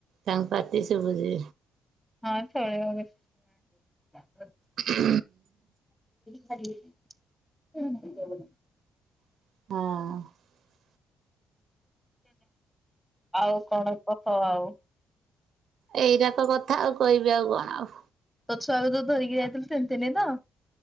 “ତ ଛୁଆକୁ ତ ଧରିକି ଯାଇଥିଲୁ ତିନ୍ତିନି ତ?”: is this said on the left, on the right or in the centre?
Centre